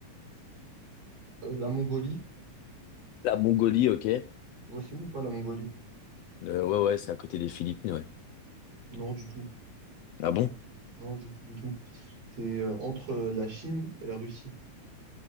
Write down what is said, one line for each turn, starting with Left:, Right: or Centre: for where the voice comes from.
Right: Euh, la Mongolie.
Left: La Mongolie, ok. Euh,
Right: Tu vois, c'est où ou pas la Mongolie?
Left: ouais, ouais, c'est à côté des Philippines, ouais.
Right: Non, du tout.
Left: Ah bon?
Right: Non, du tout, du tout. C'est euh, entre euh, la Chine et la Russie.